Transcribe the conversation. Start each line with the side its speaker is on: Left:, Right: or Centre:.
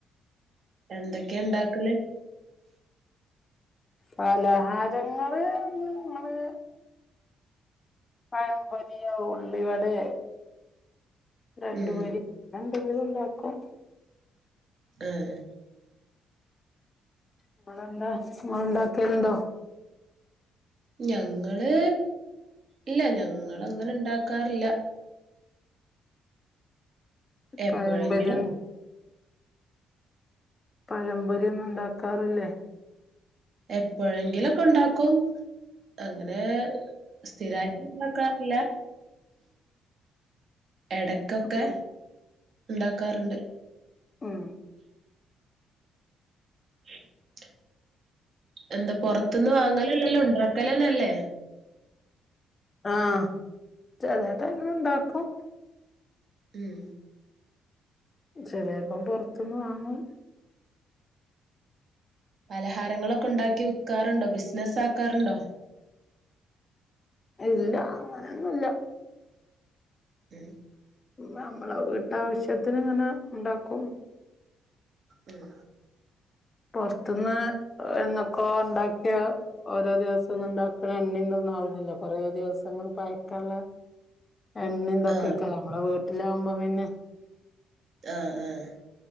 Right: എന്തൊക്കെ ഇണ്ടാക്കല്.
Left: പലഹാരങ്ങള് ങ്ങള്. പഴംപൊരിയോ ഉള്ളിവടേ ബ്രഡ്
Right: ഉം
Left: പൊരി ങ്ങനെന്തെങ്കിലുംണ്ടാക്കും.
Right: ഏഹ്
Left: ഇങ്ങളന്താ ഇങ്ങൾ ണ്ടാക്കൽണ്ടോ?
Right: ഞങ്ങള് ഇല്ല ഞങ്ങള് അങ്ങനെ ഇണ്ടാക്കാർല്ല. എപ്പോഴെങ്കിലും
Left: പയംപൊരിം. പഴംമ്പൊരി ഒന്നും ഇണ്ടാക്കാറില്ലേ.
Right: എപ്പോഴെങ്കിലുംക്കെ ഉണ്ടാക്കും. അങ്ങനെ സ്ഥിരായിട്ട് ഇണ്ടാക്കാറില്ല. എടക്കൊക്കെ
Left: ഉം
Right: ഇണ്ടാക്കാറ്ണ്ട്.
Left: ഉം
Right: <inaudible> എന്താ പുറത്തുനിന്ന് വാങ്ങല് അല്ലല്ലോ ഉണ്ടാക്കല്ന്നെ അല്ലേ?
Left: ആഹ ചില ടൈമിൽ ഉണ്ടാക്കും.
Right: ഉം
Left: ചെല്ലേപ്പം പുറത്തുന്ന് വാങ്ങും.
Right: പലഹാരങ്ങളൊക്കെ ഉണ്ടാക്കി വിക്കാറുണ്ടോ ബിസിനസ് ആക്കാറുണ്ടോ?
Left: ഇല്ല അങ്ങനെയൊന്നുംല്ല.
Right: ഉം
Left: നമ്മളെ വീട്ടാവശ്യത്തിന് ഇങ്ങനെ ഉണ്ടാക്കും.
Right: ഉം
Left: പുറത്തുന്ന് എന്നൊക്കോ ഉണ്ടാക്കിയ. ഓരോ ദിവസം ഒന്നും ഉണ്ടാക്കണ എണ്ണ ഒന്നും ആവില്ലല്ല കൊറേ ദിവസങ്ങ പയക്കള്ള.
Right: <inaudible>
Left: എണ്ണ എന്തൊക്കെക്കാരം
Right: ആഹ്
Left: നമ്മടെ വീട്ടിലാകുമ്പോം പിന്നെ
Right: ആഹ ആഹ